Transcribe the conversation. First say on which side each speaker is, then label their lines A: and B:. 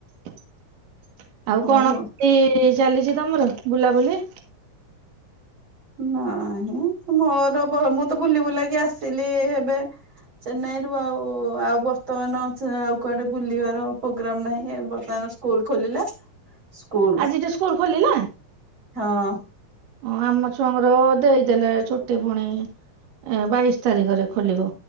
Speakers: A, on the right; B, on the right.
A: ଆଉ
B: ଆମ
A: କଣ
B: ଭଉଣୀ।
A: <unintelligible> ଚାଲିଛି ତମର ବୁଲାବୁଲି?
B: ନାଇଁ ମୋର ମୁଁ ତ ବୁଲି ବୁଲାକି ଆସିଲି ଏବେ ଚେନ୍ନାଇରୁୁ ଆଉ ଆଉ ବର୍ତମାନ ଆଉ କୁଆଡେ ବୁଲିବାର ପ୍ରୋଗ୍ରାମ ନାହିଁ ବର୍ତମାନ ସ୍କୁଲ ଖୋଲିଲା। ସ୍କୁଲ
A: ଆଜିଠୁ ସ୍କୁଲ ଖୋଲିଲା?
B: ହଁ
A: ଓ ଆମ ଛୁଆଙ୍କର ଦେଇଦେଲେ ଛୁଟି ପୁଣି ଏ ବାଇଶି ତାରିଖରେ ଖୋଲିବ।